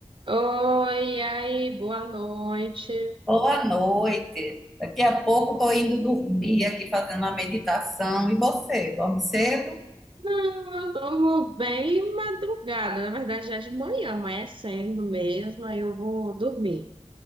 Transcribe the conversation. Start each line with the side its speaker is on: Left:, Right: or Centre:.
Right: Oi, e aí, boa noite.
Centre: Boa noite. Daqui a pouco estou indo dormir aqui fazendo uma meditação. E você, dorme cedo?
Right: Não, eu durmo bem madrugada, na verdade já de manhã, amanhecendo mesmo, aí eu vou dormir.